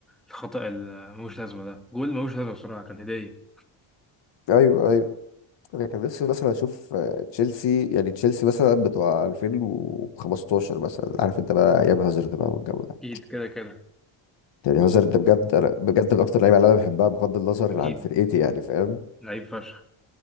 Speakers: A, in the centre; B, on the left.
A: الخطأ اللي ملوش لازمة ده جول ملوش لازمة بصراحة كان هدية
B: ايوه ايوه انا كان نفسي مثلا اشوف آه، تشيلسي يعني تشيلسي مثلا بتوع 2015 مثلا عارف انت بقى ايام هازارد بقى والجو ده
A: أكيد كده كده
B: يعني
A: بس
B: هازارد ده بجد انا بجد من اكتر اللعيبه اللي انا بحبها بغض النظر
A: أكيد
B: عن فرقتي يعني فاهم
A: لعيب فشخ